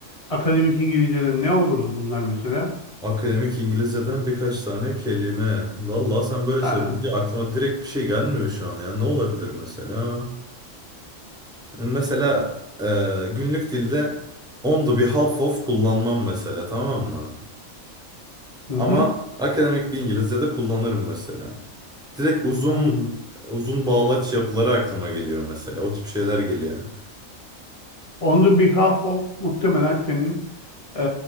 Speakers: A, on the left; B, in the centre.
A: akademik İngilizce'den ne olurdu bunlar mesela?
B: Akademik İngilizceden birkaç tane kelime. Vallahi sen böyle
A: Ha,
B: söyleyince aklıma direkt bir şey gelmiyor şu an ya. Ne olabilir mesela? Mesela e, günlük dilde on the behalf of kullanmam mesela tamam mı?
A: Hı
B: Ama
A: hı.
B: akademik bir İngilizce'de kullanırım mesela. Direkt uzun
A: Ha,
B: uzun bağlaç yapıları aklıma geliyor mesela. O tip şeyler geliyor.
A: On the Behalf of muhtemelen senin eee,